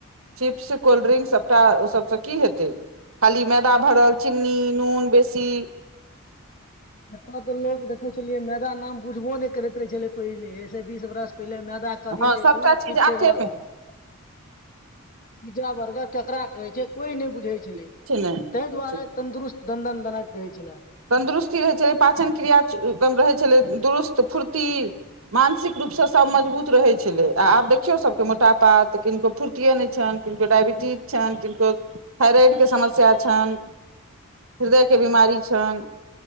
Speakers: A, on the right; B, on the left.
A: chips cold drink सभटा ओ सबसँ की हेतै खाली मैदा भरल चिन्नी नून बेसी
B: एतय तऽ लोक देखै छलियै मैदा नाम बुझबो नहि करैत रहै छलै पहिले ऐसे बीस बरस पहिले मैदा कथी
A: हँ सभटा
B: थु
A: चीज
B: ठीक
A: आटे
B: छै रहथि
A: मे
B: पिज्जा बर्गर केकरा कहै छै कोई नहि बुझै छलै
A: किछु नहि
B: ताहि
A: किछु
B: दुआरे तंन्दुरुस्त ददन दनाइत रहै छले
A: तन्दुरुस्ती रहै छलै पाचन क्रिया एकदम रहै छलै दुरुस्त फुर्ती मानसिक रूपसँ सभ मजबूत रहैत छलै आ आब देखियौ सभके मोटापा तऽ किनको फुर्तिे नहि छनि किनको डबटीज छइन किनको थाइरड के समस्या छनि फिर देह के बीमारी छनि